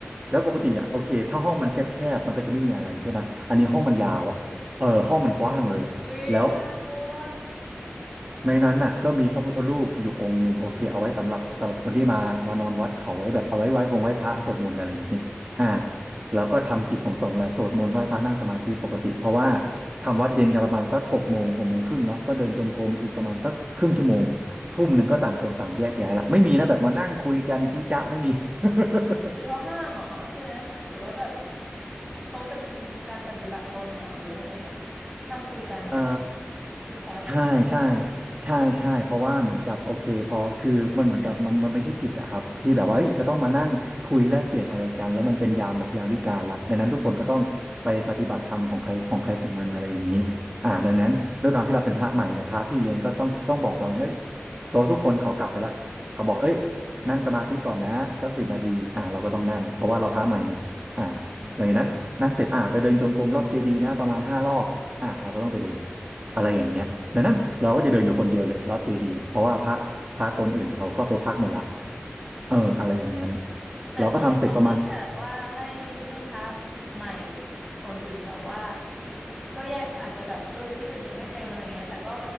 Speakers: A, on the right; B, in the centre.
A: แล้วปกติอ่ะโอเคถ้าห้องมันแคบๆมันก็จะไม่มีอะไรใช่ไหมอันนี้ห้องมันยาวอ่ะเออห้องมันกว้างเลยอ่ะแล้ว
B: เอออุ้ยน่ากลัว
A: ในนั้นน่ะก็มีพระพุทธรูปอยู่องค์หนึ่งโอเคเอาไว้สำหรับสำหรับคนที่มามานอนวัดเขาไว้แบบเอาไว้ไหว้พงไหว้พระสวดมนต์อะไรอย่างนี้อ่าแล้วก็ทำกิจของสงฆ์แหละสวดมนต์ไหว้พระนั่งสมาธิปกติเพราะว่าทำวัดเย็นกันประมาณสักหกโมงหกโมงครึ่งเนาะก็เดินจงกรมอีกประมาณสักครึ่งชั่วโมงทุ่มหนึ่งก็ต่างคนต่างแยกย้ายละไม่มีนะแบบมานั่งคุยกันจี้จ๊ะไม่มี <laughs>
B: คือเขาห้ามเหรอใช่ไหมหรือว่าแบบเขาเป็นการปฏิบัติตนเหรอหรือว่ายังไงอะห้ามคุยกันอะไร
A: อ่า
B: คิดแชท
A: ใช่ใช่ใช่ใช่เพราะว่าเหมือนกับโอเคพอคือมันเหมือนกับมันมันไม่ใช่กิจอะครับที่แบบว่าเฮ้ยจะต้องมานั่งคุยแลกเปลี่ยนอะไรกันแล้วมันเป็นยามแบบยามวิกาลละดังนั้นทุกคนก็ต้องไปปฏิบัติธรรมของใครของใครของมันอะไรอย่างนี้อ่าดังนั้นด้วยความที่เราเป็นพระใหม่เราพระพี่เลี้ยงก็ต้องต้องบอกเราไงเอ้ยโซทุกคนเขากลับไปแล้วเขาบอกเอ้ยนั่งสมาธิก่อนนะสักสิบนาทีอ่าเราก็ต้องนั่งเพราะว่าเราพระใหม่ไงอ่า
B: อืมอื
A: หลังจากนั้นนั่งเสร็จอ่าไปเดินจงกรมรอบเจดีย์นะประมาณห้ารอบอ่าเราก็ต้องไปเดิน อะไรอย่างเงี้ยดังนั้นเราก็จะเดินอยู่คนเดียวเลยลอดเจดีย์เพราะว่าพระพระตนอื่นเขาเข้าไปพักหมดละเอออะไรอย่างนั้น
B: ม แต่ทำไมเขาไม่แบบว่าให้ให้พระ
A: เราก็ทำเสร็จประมาณ
B: ใหม่ตนอื่นแบบว่าก็แยกอาจจะแบบเออที่อื่นยังไม่เต็มอะไรเงี้ยแต่ก็